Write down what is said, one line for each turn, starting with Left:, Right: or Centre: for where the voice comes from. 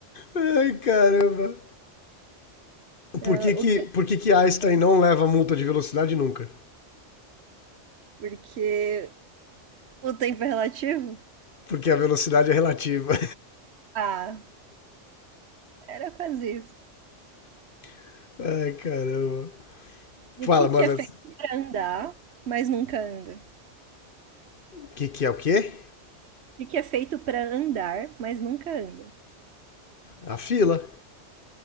Left: <laughs> Ai, caramba.
Right: Ah,
Left: Por que que,
Right: o que?
Left: por que que
Right: é?
Left: Einstein não leva multa de velocidade nunca?
Right: Porque o tempo é relativo?
Left: Porque a velocidade é relativa.
Right: Ah, era quase isso.
Left: <laughs> Ai, caramba.
Right: E
Left: Fala,
Right: o que que
Left: manda.
Right: é feito pra andar, mas nunca anda?
Left: O que que é o quê?
Right: O que que é feito pra andar, mas nunca anda?
Left: A fila.